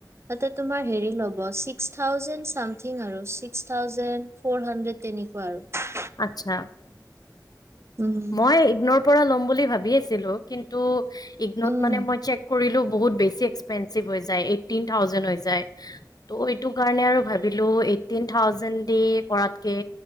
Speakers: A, on the right (about 40°); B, on the left (about 60°).
A: তাতে তুমাৰ হেৰি ল'ব ছিক্স থাউজেন্ড চামথিং আৰু ছিক্স থাউজেন্ড ফৰ হান্ড‌্ৰেড তেনি সেনেকুৱা আৰু।
B: আচ্ছা।
A: উম,
B: মই ইগ্নৰৰ পৰা ল'ম বুলি ভাবি আছিলো কিন্তু ইগনত
A: উম।
B: মানে মই চেক কৰিলো বহুত বেছি এক্সপেঞ্চিভ হৈ যায় এইটট্ৰিন থাউজেণ্ড হৈ যায় ত এইটো কাৰণে আৰু ভাবিলো এইটিন থাউজেণ্ড দি কৰাতকে